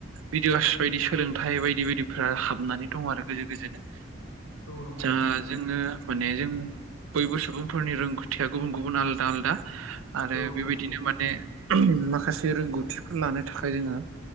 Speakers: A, on the right (about 80°); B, on the left (about 80°).
A: भिदिअ स बायदि सोलोंथाइ बायदि बायदिफोरा्रा हाबनानै दं आरो गोजौ गोजोनो-
B: औ नंगौ
A: जा
B: नोंथां
A: जोङो माने जों बयबो सुबुं फोरनि रोंगौथिया गुबुन गुबुन आलदा आलदा आरो
B: औ
A: बेबायदिनो
B: नंगौ
A: माने माखासे रोंगौथिफोर लानो थाखाय जोङो।